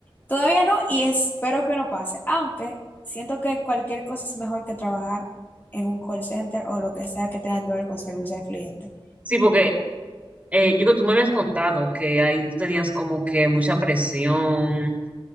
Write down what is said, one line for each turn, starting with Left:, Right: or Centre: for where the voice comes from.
Left: todavía no y espero que no pase, aunque siento que cualquier cosa es mejor que trabajar en un call center o lo que sea que tenga que ver con servicio al cliente.
Right: Sí, porque eh, yo creo que tú me habías contado que ahí tú tenías como que mucha presión.